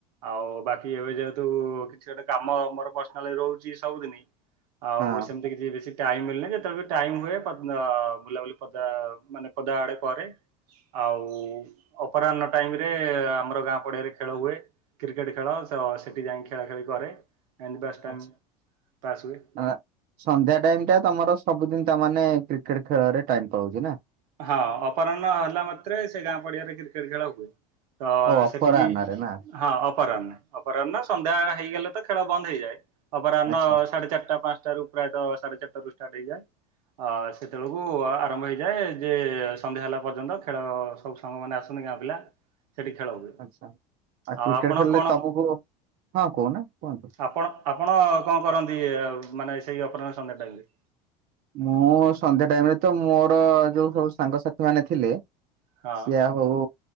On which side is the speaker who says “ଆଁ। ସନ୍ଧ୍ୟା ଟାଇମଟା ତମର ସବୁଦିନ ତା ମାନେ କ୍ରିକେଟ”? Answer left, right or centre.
Right